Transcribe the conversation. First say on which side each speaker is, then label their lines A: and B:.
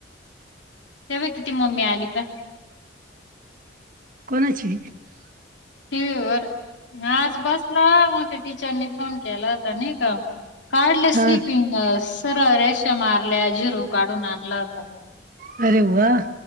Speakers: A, on the left; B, on the right.
A: तेव्हा किती मम्मी आली प
B: कोणाची?
A: र आज बसला मग ते टीचरनी फोन केला होता नाही का. कार्ले
B: हा
A: स्लीपिंग असं सर रेशा मारल्या झिरो काढून आणला होता.
B: अरे वा